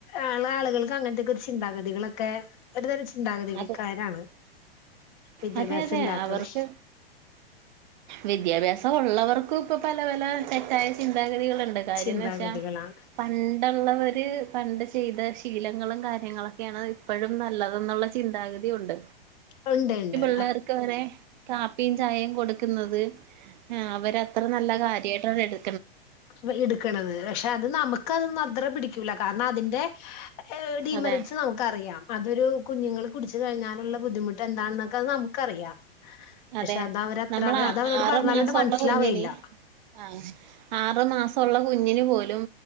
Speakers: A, on the left; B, on the right.
A: ഏഹ് ആള്കൾക്ക് അങ്ങൻത്തെക്കൊര് ചിന്താഗതികളക്കെ ഒരുതരം ചിന്താഗതികൾക്കാരാണ്
B: അത്
A: വിദ്യാഭ്യാസം
B: അതെ അതെ
A: ഇല്ലാത്തവർ
B: ആവർക്ക് വിദ്യാഭ്യാസം ഒള്ളവർക്കും ഇപ്പൊ പല പല തെറ്റായ ചിന്താഗതികള്ണ്ട് കാര്യംന്ന്
A: ചിന്താഗതികളാണ്
B: വെച്ചാ പണ്ടൊള്ളവര് പണ്ട് ചെയ്ത ശീലങ്ങളും കാര്യങ്ങളൊക്കെയാണ് ഇപ്പോഴും നല്ലതെന്നുള്ള ചി ചിന്താഗതി ഒണ്ട്
A: ഒണ്ടേണ്ട്
B: പിള്ളേർക്കങ്ങനെ കാപ്പിം ചായേം കൊടുക്കുന്നത് ആഹ് അവര് അത്ര നല്ല കാര്യ തേട്ടതേത്
A: വേ എട്ക്കണത് പക്ഷെ അത് നമുക്കതൊന്നും അത്ര പിടിക്കൂല കാരണം അതിന്റെ ഏഹ് ഡിമെറിട്സ്
B: അതെ
A: നമുക്കറിയാം അതൊരു കുഞ്ഞുങ്ങള് കുടിച്ച് കഴിഞ്ഞാലൊള്ള ബുദ്ധിമുട്ട് എന്താണെന്നക്കെ അത് നമുക്കറിയാം
B: അതെ
A: പക്ഷെ അത് അവരത്ര
B: നമ്മൾ
A: അവ അത് അവരോട്
B: ആറ്
A: പറഞ്ഞാലൊട്ട്
B: മാസമുള്ള
A: മനസ്സിലാവേയില്ല
B: കുഞ്ഞിന് ആഹ് ആറ്മാസൊള്ള കുഞ്ഞിന് പോലും